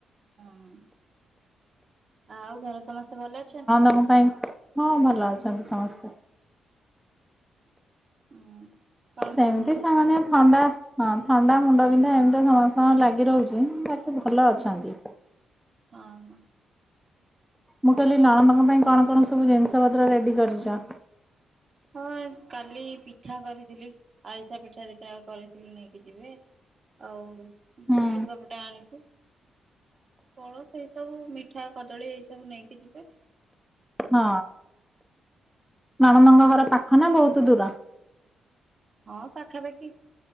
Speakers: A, on the right; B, in the centre.
A: ହୁଁ ଆଉ ଘରେ ସମସ୍ତେ ଭଲ ଅଛନ୍ତି?
B: <unintelligible> ପାଇଁ ହଁ ଭଲ ଅଛନ୍ତି ସମସ୍ତେ।
A: ହୁଁ କଣ
B: ସେମିତି
A: କହୁଥିଲେ
B: ସାମାନ୍ୟ ଥଣ୍ଡା। ହଁ ଥଣ୍ଡା ମୁଣ୍ଡବିନ୍ଧା ଏମିତି ସମସ୍ତଙ୍କ ଲାଗି ରହୁଛି <unintelligible> ଭଲ ଅଛନ୍ତି।
A: ହଁ ହଁ।
B: ମୁଁ କହିଲି
A: ଆଉ
B: ନଣନ୍ଦଙ୍କ ପାଇଁ କଣ କଣ ସବୁ ଜିନିଷ ପତ୍ର ରେଡ଼ି କରିଛ।
A: ହଁ କାଲି ପିଠା କରିଥିଲି ଆରିସା ପିଠା ଦିଟା କରିଥିଲୁ ନେଇକି ଯିବେ। ଆଉ
B: ହୁଁ
A: ଲୁଗାପଟା ଆଣିଚୁ। ଫଳ ସେଇ ସବୁ ମିଠା କଦଳୀ ଏଇ ସବୁ ନେଇକି ଯିବେ।
B: ହଁ ନଣନ୍ଦଙ୍କ ଘର ପାଖ ନା ବହୁତ୍ ଦୂର?
A: ହଁ ପାଖାପାଖି।